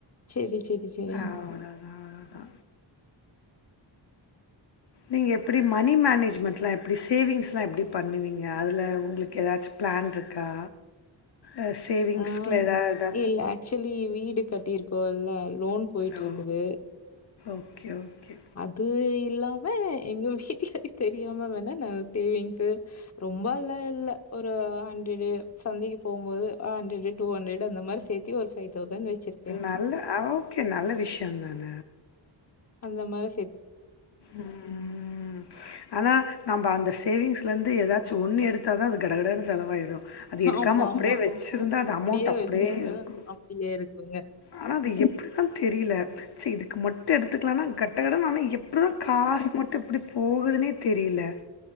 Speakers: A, on the left; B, on the left.
A: சேரி சேரி சேரி
B: அவ்வளோதான் அவ்வளோதான் நீங்க எப்டி மணி மேனேஜ்மெண்ட்லாம் எப்டி சேவிங்ஸ்லாம் எப்டி பண்ணுவீங்க அதுல உங்களுக்கு ஏதாச்சும் பிளான் இருக்கா அ சேவிங்ஸ்கில்
A: ஆ
B: எதாவதா
A: இல்ல ஆக்சுவலி வீடு கட்டியிருக்கோம் இல்ல லோன் போய்ட்டு
B: ஓ
A: இருக்குது
B: ஓகே ஓகே
A: அது இல்லாம எங்க வீட்டுகாருக்கு தெரியாம வேணா நா சேவிங்ஸ்ஸு ரொம்பல்லாம் இல்ல ஒரு ஹண்ட்ரடு சந்தைக்கு போகும்போது ஹன்ட்ரடு டூ ஹன்ட்ரடு அந்த மாரி சேத்து ஒரு பைவ் தௌசண்ட் வச்சிரு
B: நல்ல ஓகே நல்ல விஷயம் தான
A: அந்த மார்
B: ம் ம் ம் ஆனா நம்ப அந்த சேவிங்ஸ்லேந்து ஏதாச்சும் ஒன்னு எடுத்தா தான் அது கடகடன்னு செலவாயிரும் அது எடுக்காம
A: ஆமா,
B: அப்டியே
A: ஆமா.
B: வச்சிருந்தா அது
A: அப்படியே
B: அமௌண்ட் அப்டியே
A: வச்சிருந்தா
B: இருக்கு
A: அப்படியே இருக்குங்க.
B: ஆனா அது எப்டி அதா தெரில சி இதுக்கு மட்டும் எடுத்துக்கலனா கெட்ட கட ஆனா எப்டிதான் காசு மட்டும் எப்டி போகுதுனே தெரில